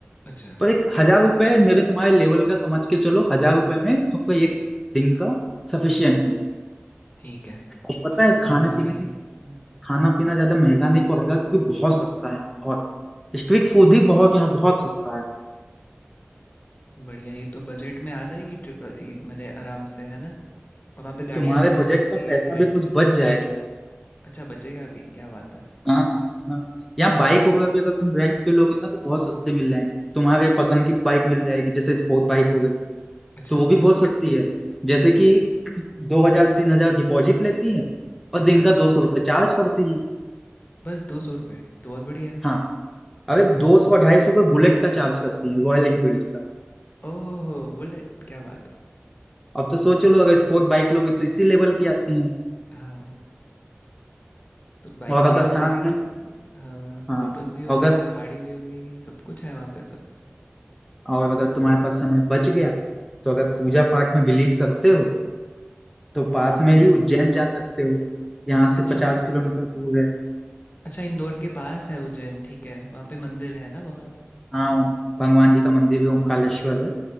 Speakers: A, on the left; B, in the centre.
A: अच्छा,
B: पर एक हजार रुपये मेरे तुम्हारे लेवल का समझ के चलो हजार रुपये में तुमको एक दिन का सफिशियंट है
A: ठीक है।
B: और पता
A: और
B: है
A: खाना
B: खाने पीने
A: भी
B: की
A: हुँ,
B: खाना पीना ज्यादा महंगा नहीं पड़ेगा क्योंकि बहुत सस्ता है बहुत स्ट्रीट फूड ही बहुत यहाँ बहुत सस्ता है
A: बढ़िया ये तो बजट में आ जाएगी ट्रिप अ, इ मतलब आराम से, है ना? और वहाँ पे गाड़ियाँ
B: तुम्हारे
A: भी मिलती
B: बजट
A: होंगी
B: का पैसा
A: रेंट
B: भी कुछ
A: के लिए?
B: बच जाएगा
A: अच्छा बचेगा भी, क्या बात है।
B: हाँ हाँ यहाँ बाइक वगैरह भी अगर तुम रेंट पे लोगे ना तो बहुत सस्ते मिल जाएंगे तुम्हारे पसंद की बाइक मिल जाएगी जैसे स्पोर्ट बाइक हो गई
A: अच्छा,
B: तो वो भी बहुत सस्ती है जैसे कि दो हजार तीन हजार डिपॉजिट लेती है और
A: अच्छा।
B: दिन का दो सौ रुपये चार्ज करती है
A: बस 200 रुपये तो बहुत बढ़िया है
B: हाँ अरे दो सौ ढाई सौ रुपये बुलेट का चार्ज करती है रॉयल एनफील्ड का
A: ओह बुलेट क्या बात है
B: अब तो सोच लो अगर स्पोर्ट बाइक लोगे तो इसी लेवल की आती है
A: हाँ तो बाइक
B: और अगर
A: भी
B: साथ
A: हो जाएगी
B: में
A: हाँ
B: हाँ
A: फोटोज भी हो
B: अगर
A: गई पहाड़ी भी हो गई सब कुछ है वहाँ पे तो
B: और अगर तुम्हारे पास समय बच गया तो अगर पूजा पाठ में बिलीव करते हो तो पास
A: बिल्कुल
B: में ही
A: बिल्कुल
B: उज्जैन जा सकते हो यहाँ
A: अच्छा
B: से पचास किलोमीटर दूर है
A: अच्छा इंदौर के पास है उज्जैन ठीक है वहाँ पे मंदिर है ना बहुत
B: हाँ भगवान जी का मंदिर है ओमकालेश्वर है